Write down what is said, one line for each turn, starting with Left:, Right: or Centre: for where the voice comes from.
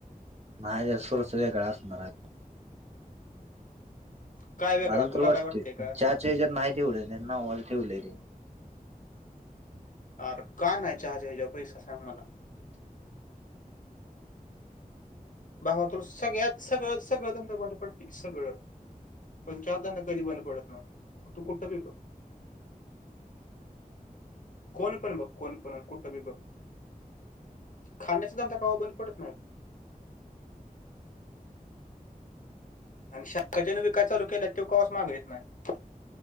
Right: नाही त्याचा सोर्स वेगळा असणाराय.
Left: काय वेगळा
Right: मला
Left: तुला
Right: तर वाटतंय
Left: काय काय असणार
Right: चहा च्या हेच्यात नाही तेवढ त्यान नावाला ठेवलय. हम् <inaudible>
Left: र का नाही चहाच्या हेच्यावर पैसा सांग मला. भावा तुला सगळ्यात सगळं सगळं धंद बंद पडतील सगळं. पण चहाचा धंदा कधी बंद पडत नसतो. तू कुठ बी बग. कोण पण बघ कोण पण कुठंबी बघ खाण्याचा धंदा कवा बंद पडत नाही. आणि शाखा ज्यान बी काय चालू केलेत कवाच माग येत नाही